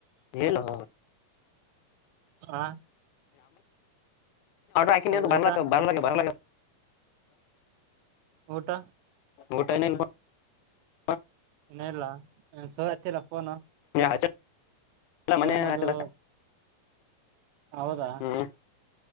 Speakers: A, on the left; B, on the right.
A: ಹೇಳು
B: ಹಾ
A: ಆಕೆಂದಿತ್ತು
B: ಊಟ
A: ಬರ್ಲಾಕತ ಬ ರಲೇಗೆದ ಬರಲೇಗೆದ
B: ಊಟಾ
A: ಊಟ ಇನ್ನ ಇಲ್ಲಪ್ಪ
B: ಇನ ಇಲ್ಲ ಸರ್ ಹಚ್ಚಿಲ್ಲ ಫೋನು
A: ಹ್ಮ್ ಹಚ್ಚಲ್ಲ
B: ಸೇಮ್
A: ಮನೆ
B: ಅದು
A: ಹಚ್ಚದ
B: ಹೌದಾ
A: ಹ್ಮ್